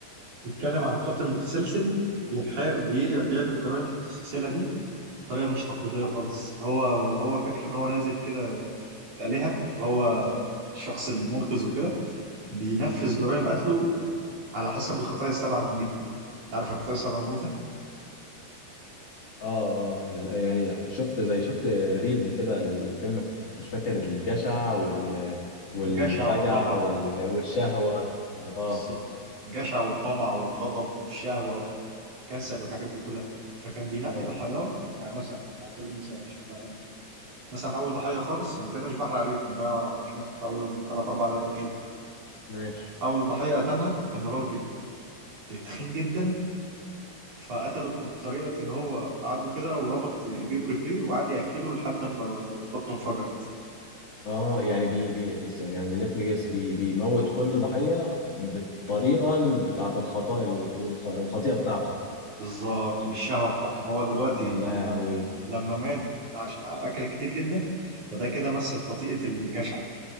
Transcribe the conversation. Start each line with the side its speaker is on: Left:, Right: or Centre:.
Right: بيتكلم عن قاتل متسلسل بيحا... بي... بيعمل جرائم متسلسلة دي بطريقة مش تقليدية خالص هو هو فاكر إن هو نازل كده من الآلهة اللي هو الشخص المنقذ وكده بينفذ جرائم قتله على حسب الخطايا السبعة المميتة أنت عارف الخطايا السبعة المميتة؟
Left: اه آه، ال- يعني شفت زي شفت ريلز كده للفيلم مش فاكر الجشع وال والفجع
Right: الجشع والطمع
Left: وال...
Right: و-
Left: والشهوة و... اه
Right: بالظبط الجشع والطمع والغضب والشهوة والكسل والحاجات دي كلها فكان بينقي
Left: اي
Right: ضحاياه يعني مثلا على سبيل المثال عشان أفهمك مثلا اول ضحيه خالص انا كده مش بحرق عليك ده حرفيا في اول 3 4 دقايق من الفيلم
Left: ماشي
Right: اول ضحيه قتلها كان راجل تخين جدا فقتله بطريقه ان هو قعده كده وربط ايديه ورجليه وقعد ياكله لحد ما بطنه انفجرت
Left: اه يعني بي بي يعني ليت مي جيس بي بيموت كل ضحية بالطريقة بتاعة الخطأ الخ- الخطيئة بتاعته
Right: بالظبط بالشهوه بتاعته هو دلوقتي
Left: يا لهوي
Right: لما لما مات عشان اكل كتير جدا فده كده مثل خطيئه الجشع